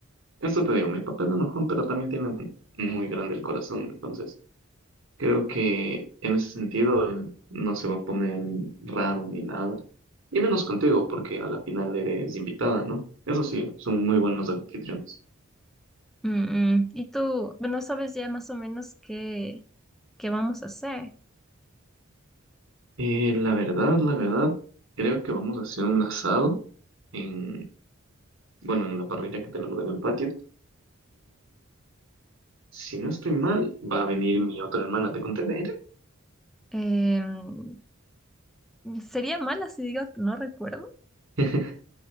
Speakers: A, on the right; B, in the centre.
A: Esto te digo, mi papá es enojón, pero también tiene muy grande el corazón. Entonces, creo que en ese sentido él no se va a poner raro ni nada. Y menos contigo, porque a la final eres invitada, ¿no? Eso sí, son muy buenos anfitriones.
B: Mm, mm. Y tú, bueno, sabes ya más o menos qué, qué vamos a hacer.
A: Eh, la verdad, la verdad, creo que vamos a hacer un asado en, bueno, en la parrilla que tenemos en el patio. Si no estoy mal, va a venir mi otra hermana. ¿Te conté de ella?
B: Em, sería mala si digo que no recuerdo.
A: <laughs>